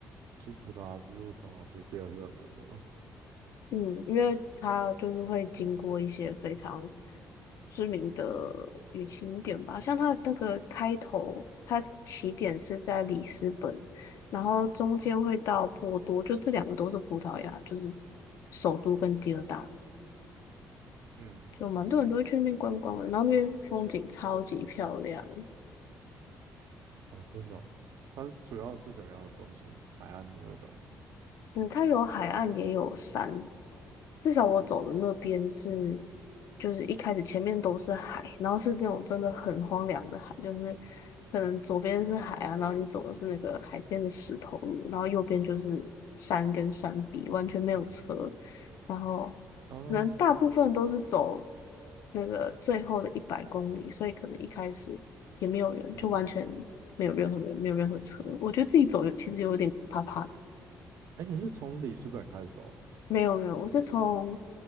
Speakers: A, on the right (about 75°); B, on the left (about 75°).
A: 就是葡萄牙之路通常是第二热门的吗？
B: 嗯，因为它就是会经过一些非常知名的旅行点吧，像它那个开头，它起点是在里斯本，然后中间会到波多，就这两个都是葡萄牙，就是首都跟第二大城，
A: 嗯，
B: 就蛮多人都会去那边观光的，然后那边风景超级漂亮。
A: 哦，真的哦，它主要是怎么样的风景？海岸的那种。
B: 嗯，它有海岸也有山，至少我走的那边是，就是一开始前面都是海，然后是那种真的很荒凉的海，就是可能左边是海啊，然后你走的是那个海边的石头路，然后右边就是山跟山壁，完全没有车，然后
A: 哦，
B: 可能大部分都是走那个最后的一百公里，所以可能一开始也没有人，
A: 嗯，
B: 就完全没有任何人，没有任何车，我觉得自己走有其实有点怕怕的。
A: 哎，你是从里斯本开始走哦，
B: 没有没有，我是从